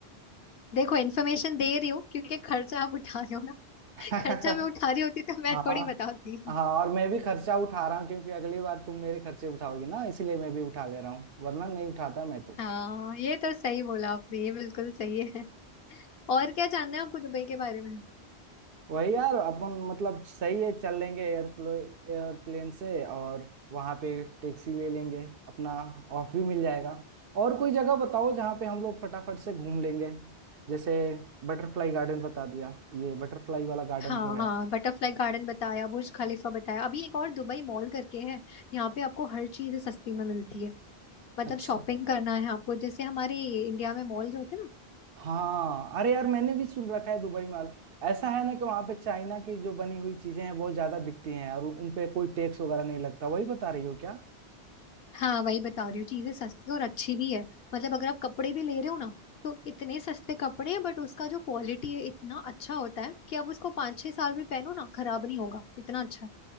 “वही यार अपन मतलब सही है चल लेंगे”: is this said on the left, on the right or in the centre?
Right